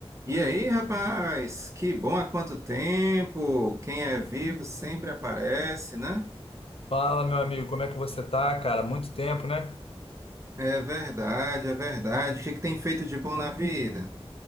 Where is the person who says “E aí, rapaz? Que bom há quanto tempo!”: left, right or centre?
Right